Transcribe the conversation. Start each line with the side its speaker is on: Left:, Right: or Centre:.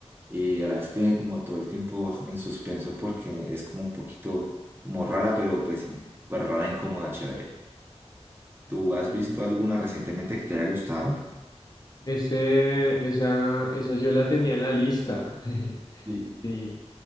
Right: y a la vez tiene como todo el tiempo en suspenso porque es como un poquito como rara, pero pues, in- pues rara, e incómoda, chévere. ¿Tú has
Left: Mm.
Right: visto alguna recientemente que te haya gustado?
Left: Ese, esa, esa yo la tenía en la lista. <laughs>
Right: Sí.
Left: Sí,